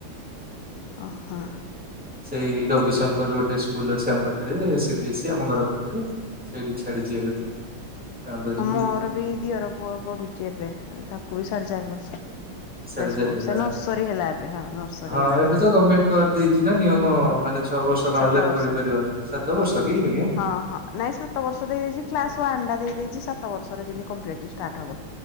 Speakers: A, on the left; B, in the centre.
A: ଓ ହୋ।
B: ସେଇ ରବିଶଙ୍କର ଗୋଟେ ସ୍କୁଲ ଅଛି ଆମ ପାଖରେ ସି ବିି ଏସ୍ ସି ଆମ ଘର ପାଖରେ ସେଇଠି ଛାଡିଛି ଏବେ। ଚାନ୍ଦ ଯୋଉ
A: ଆ ମୋର ବି ଦିଅର ପୁଅ ପଢୁଛି ଏବେ ତାକୁ ବି ସାଢେ ଚାରି ବର୍ଷ।
B: ସିଆଡେ
A: ପ୍ଲେ ସ୍କୁଲ,
B: ଯାଇଥିଲା
A: ନର୍ସରୀ ହେଲା ଏବେ ହଁ ନର୍ସରୀ
B: ହଁ
A: ହେଲା ତାର
B: ତ
A: ଏବେ।
B: ଗଭର୍ଣ୍ଣମେଣ୍ଟ କରିଦେଇଛି ନା ନିୟମ ମାନେ ଛଅ ବର୍ଷ ନହେଲେ
A: ସାତ ବର୍ଷ
B: ପଢି ପାରିବନି। ସାତ ବର୍ଷ କି ଆଜ୍ଞା
A: ହଁ ହଁ ନାଇ ସାତ ବର୍ଷ ହେଇଯାଇଛି କ୍ଲାସ ୱାନ୍ ଆଣ୍ଡା ଦେଇ ଦେଇଛି ସାତ ବର୍ଷରେ ଯେମିତ କମ୍ପିଲଟ ଷ୍ଟାଟ ହବ।